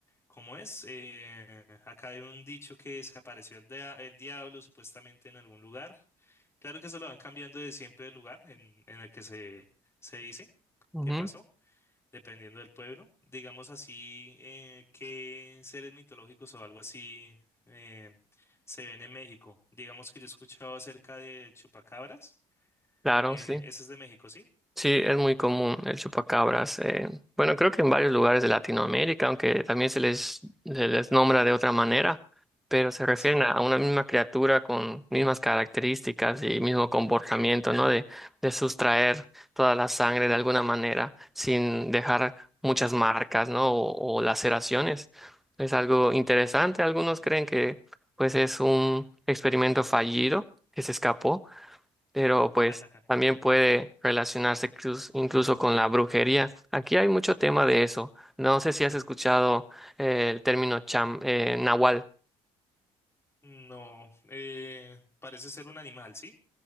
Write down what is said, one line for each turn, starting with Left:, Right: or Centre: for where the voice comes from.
Left: ¿cómo es? Eh, acá hay un dicho que se apareció el, dia- el diablo supuestamente en algún lugar. Claro que eso lo van cambiando de siempre el lugar en, en el que se, se dice
Centre: Ujú,
Left: que pasó dependiendo del pueblo. Digamos así, eh, qué seres mitológicos o algo así eh, se ven en México. Digamos que yo he escuchado acerca de chupacabras.
Centre: claro,
Left: Eh,
Centre: sí.
Left: ese es de México, ¿sí?
Centre: Sí, es muy común el chupacabras. eh, bueno, creo que en varios lugares de Latinoamérica, aunque también se les, se les nombra de otra manera, pero se refieren
Left: Sí.
Centre: a a una misma criatura con mismas características y mismo comportamiento, ¿no? De, de sustraer toda la sangre de alguna manera sin dejar muchas marcas, ¿no? O, o laceraciones. Es algo interesante. Algunos creen que pues es un experimento fallido que se escapó pero pues
Left: <laughs>
Centre: también puede relacionarse cruz- incluso con la brujería. Aquí hay mucho tema de eso. No sé si has escuchado eh, el término cham, eh, nahual.
Left: No, eh, parece ser un animal, ¿sí?